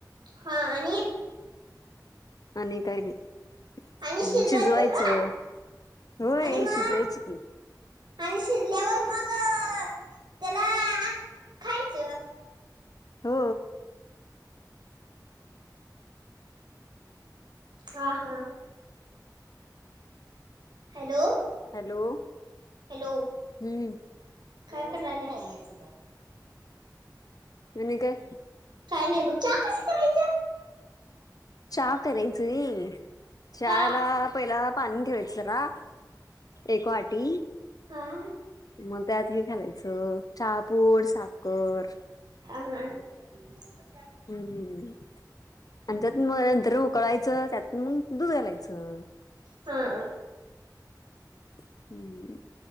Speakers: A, on the right; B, on the left.
A: हा आणि
B: आणि काही नाही
A: आणि
B: शिजवायचं.
A: ग
B: होय
A: आणि मग
B: शिजवायचं की.
A: आणि शिजल्यावर मग त्याला खायच.
B: हो.
A: हा हा. हॅलो
B: हॅलो
A: हॅलो
B: हम्म
A: हळूच बोलायचं बाळ
B: आणि काय?
A: काय नाही बघ चहा कस करायच?
B: चहा करायच आहे होय. चहाला
A: का
B: पहिला पाणी ठेवायच जरा एक वाटी
A: हा
B: मग त्यात हे घालायचं चहापूड, साखर
A: हा <inaudible>
B: <unintelligible> आणि जरा <unintelligible> सर्व उकळायचं त्यात मग दूध घालायचं.
A: हा
B: हम्म